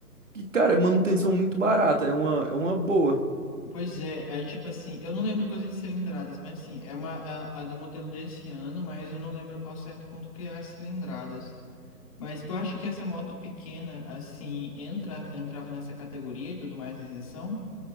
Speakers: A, on the right; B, on the left.
A: E, cara, é manutenção muito barata, é uma, é uma boa.
B: Pois é, aí tipo assim, eu não lembro coisas de cilindradas, mas sim, é uma é a da modelo desse ano, mas eu não lembro ao certo quanto que é as cilindradas. Mas tu acha que essa moto pequena, assim, entra, entrava nessa categoria e tudo mais, isenção?